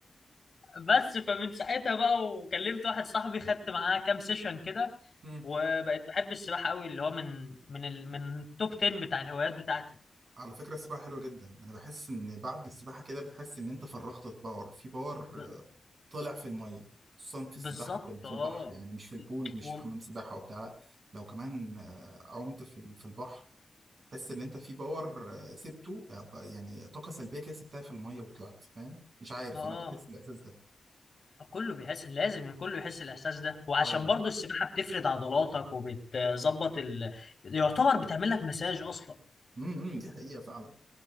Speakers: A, on the left (about 45°); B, on the right (about 60°).
A: <laughs> بس فمن ساعتها بقى وكلمت واحد صاحبي خدت معاه كام سيشن كده
B: <laughs>
A: وبقيت بحب السباحة قوي اللي هو من من ال... من التوب 10 بتاع الهوايات بتاعتي
B: على فكرة السباحة حلوة جدا أنا بحس إن بعد السباحة كده بتحس إن أنت فرغت باور في باور
A: ب...
B: طلع في المية خصوصا في السباحة
A: بالظبط
B: في في
A: اه
B: البحر يعني مش في البول مش
A: و...
B: في حمام سباحة وبتاع لأ، لو كمان آه، عمت في ال- في البحر تحس إن أنت في باور آه، سبته آه، ب- يعني طاقة سلبية كده سبتها في المية وطلعت فاهم مش عارف
A: اه
B: أنا بحس بالإحساس ده
A: كله بيحس لازم يعني كله يحس الاحساس ده وعشان
B: آه
A: برضو السباحه بتفرد عضلاتك وبتظبط ال... يعتبر بتعمل لك مساج اصلا
B: امم إمم، دي حقيقة فعلا